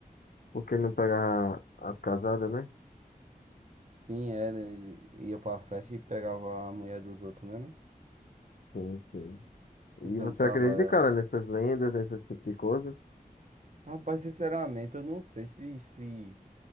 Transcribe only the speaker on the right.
Sim, era. Ele ia pra festa e pegava a mulher dos outros, né? né?
E cantava
ela.
Rapaz, sinceramente, eu não sei se, se